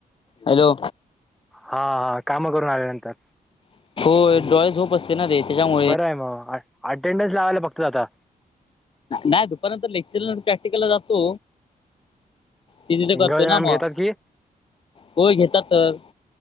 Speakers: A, on the left; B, in the centre.
A: हॅलो!
B: हा हा, काम करून आल्यानंतर.
A: होय
B: हम्म
A: डोळ्याची झोप असते ना रे त्याच्यामुळे
B: बरं आहे मग, आट अटेंडन्स लावायला फक्त जाता.
A: नाही दुपारनंतर, लेक्चर प्रॅक्टिकलला जातो. ते तिथे
B: इंगज
A: करतो ना
B: नाम
A: मग
B: घेतात की <unintelligible>
A: होय घेतात तर